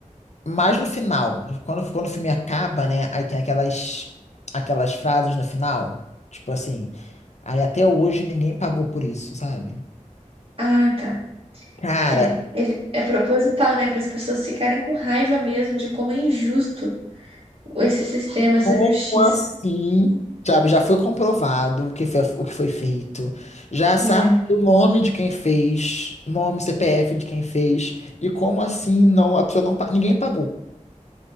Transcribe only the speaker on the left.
Mas no final, quando, quando o filme acaba, né? Aí tem aquelas, aquelas frases no final. Tipo assim, aí até hoje ninguém pagou por isso, sabe?
Cara,
Como
assim? Sabe, já foi comprovado o que foi, o que foi feito. Já sabe
o nome de quem fez, nome, CPF de quem fez. E como assim não, a pessoa não, pa- ninguém pagou.